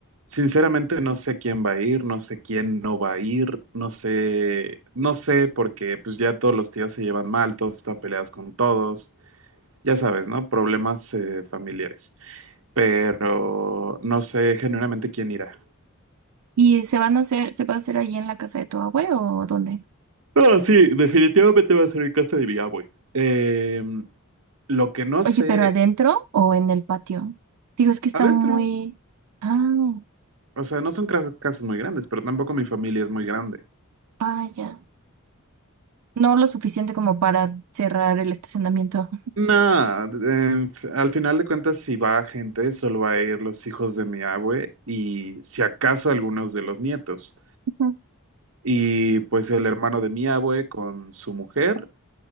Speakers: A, on the right; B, on the right.
A: Sinceramente no sé quién va a ir, no sé quién no va a ir, no sé, no sé porque pues ya todos los tíos se llevan mal, todos están peleados con todos, ya sabes, ¿no? Problemas eh, familiares, pero no sé genuinamente quién irá.
B: ¿Y se van a hacer, se va a hacer ahí en la casa de tu abuelo o dónde?
A: No, sí, definitivamente va a ser en casa de mi abue. Eh, lo que no
B: Oye,
A: sé,
B: pero adentro o en el patio? Digo, es que está
A: adentro,
B: muy... Ah,
A: o sea, no son cas- casas muy grandes, pero tampoco mi familia es muy grande.
B: ah, ya. No lo suficiente como para cerrar el estacionamiento.
A: No, en- al final de cuentas, si va gente, solo va a ir los hijos de mi abue y si acaso algunos de los nietos.
B: <laughs>
A: Y pues el hermano de mi abue con su mujer